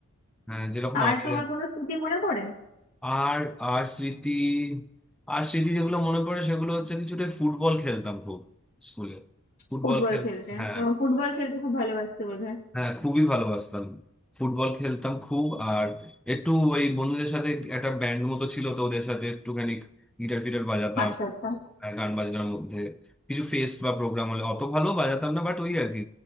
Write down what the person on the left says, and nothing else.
আর
তোমার কোনো স্মৃতি মনে পড়ে
ফুটবল
খেলতে
তোমার ফুটবল খেলতে খুব ভালোবাসতে বোধহয়
আচ্ছা আচ্ছা